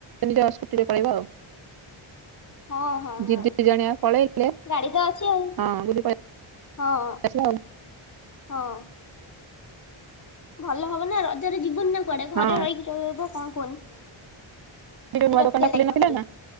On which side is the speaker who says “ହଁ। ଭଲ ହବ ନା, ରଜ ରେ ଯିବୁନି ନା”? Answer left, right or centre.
Left